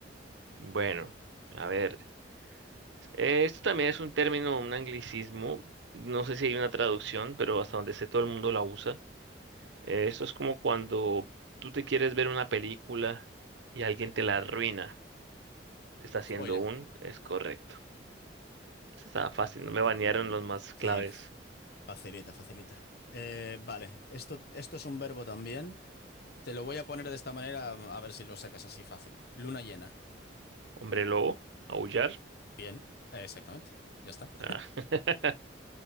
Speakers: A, on the right; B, on the left.
A: Bueno, a ver. Esto también es un término, un anglicismo. No sé si hay una traducción, pero hasta donde sé todo el mundo la usa. Eh, esto es como cuando tú te quieres ver una película y alguien te la arruina. Te está haciendo
B: <laughs> Spoiler.
A: un... Es correcto. Esto estaba fácil, no me banearon
B: Mm,
A: los más claves.
B: Sí, f- facilita, facilita. Eh, vale, esto, esto es un verbo también. Te lo voy a poner de esta manera a a ver si lo sacas así fácil. Luna llena.
A: Hombre lobo, aullar.
B: Bien, eh, exactamente. Ya está.
A: Ah, <laughs>